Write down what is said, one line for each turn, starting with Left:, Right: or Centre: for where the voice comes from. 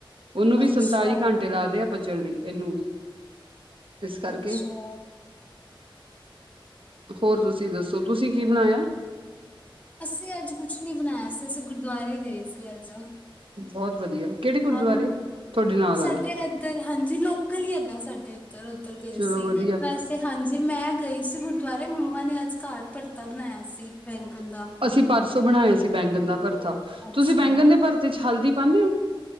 Right: ਉਹਨੂੰ ਵੀ
Left: ਅੱਛਾ
Right: ਸੰਤਾਲੀ ਘੰਟੇ ਲੱਗਦੇ ਆ ਪਚਣ ਲਈ ਇਹਨੂੰ ਵੀ ਇਸ ਕਰਕੇ
Left: ਅੱਛਾ
Right: ਹੋਰ ਤੁਸੀਂ ਦੱਸੋ ਤੁਸੀਂ ਕੀ ਬਣਾਇਆ
Left: ਅਸੀਂ ਅੱਜ ਕੁਛ ਨੀ ਬਣਾਇਆ ਸੀ ਅਸੀਂ ਗੁਰਦੁਆਰੇ ਗਏ ਸੀ ਅੱਜ
Right: ਬਹੁਤ ਵਧੀਆ ਕਿਹੜੇ ਗੁਰਦੁਆਰੇ
Left: ਹਾਂ
Right: ਤੁਹਾਡੇ ਨਾਲ
Left: ਸਾਡੇ
Right: ਵਾਲੇ
Left: ਇੱਧਰ ਹਾਂਜੀ ਲੋਕਲ ਹੀ ਹੈਗਾ ਸਾਡੇ ਇੱਧਰ ਉੱਧਰ ਗਏ
Right: ਚਲੋ
Left: ਸੀ
Right: ਵਧੀਆ
Left: ਵੈਸੇ ਹਾਂਜੀ ਮੈਂ ਗਈ ਸੀ ਗੁਰਦੁਆਰੇ ਮੰਮਾ ਨੇ ਅੱਜ ਘਰ ਪਰਤਾ ਬਣਾਇਆ ਸੀ ਬੈਂਕਣ ਦਾ
Right: ਅਸੀਂ ਪਰਸੋਂ ਬਣਾਇਆ ਸੀ ਬੈਂਗਣ ਦਾ ਭਰਥਾ
Left: ਅੱਛਾ
Right: ਤੁਸੀਂ ਬੈਂਗਣ ਦੇ ਭਰਤੇ ਚ ਹਲਦੀ ਪਾਉਦੇ ਹੋ